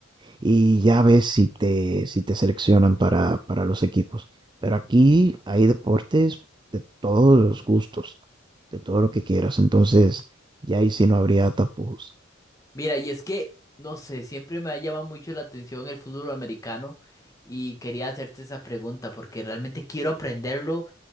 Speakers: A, on the right; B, on the left.
A: y ya ves si te, si te seleccionan para, para los equipos. Pero aquí hay deportes de todos los gustos, de todo lo que quieras. Entonces, ya ahí sí no habría tapujos.
B: Mira, y es que, no sé, siempre me ha llamado mucho la atención el fútbol americano y quería hacerte esa pregunta porque realmente quiero aprenderlo.